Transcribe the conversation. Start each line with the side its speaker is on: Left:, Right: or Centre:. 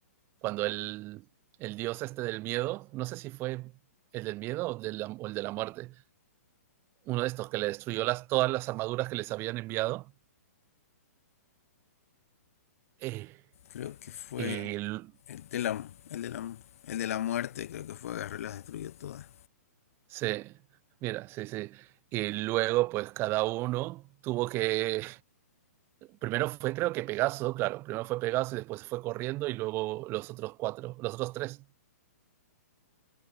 Right: Cuando el, el dios este del miedo, no sé si fue el del miedo o, de la, o el de la muerte, uno de estos que le destruyó las, todas las armaduras que les habían enviado. Eh,
Left: creo que fue
Right: y
Left: el de la, el de la, el de la muerte, creo que fue, agarró y las destruyó todas.
Right: se, mira, sí, sí. Y luego, pues cada uno tuvo que. Primero fue, creo que Pegaso, claro, primero fue Pegaso y después se fue corriendo y luego los otros cuatro, los otros tres